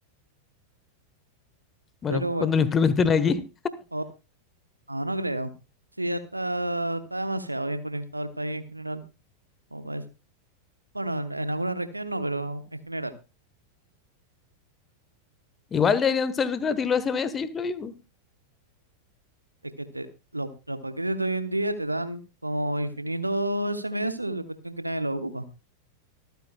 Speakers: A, on the left (about 20°); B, on the right (about 80°).
A: Bueno,
B: pero bueno,
A: cuando lo implementen aquí,
B: o- no, no creo, sí, ya está, está demasiado bien conectado el país en general, como para eso. Bueno, en, en alguna región no, pero en general,
A: igual deberían ser gratis los SMS, yo creo yo.
B: es que te, los los paquetes de hoy en día te dan como infinito SMS, la cuestión que nadie lo ocupa.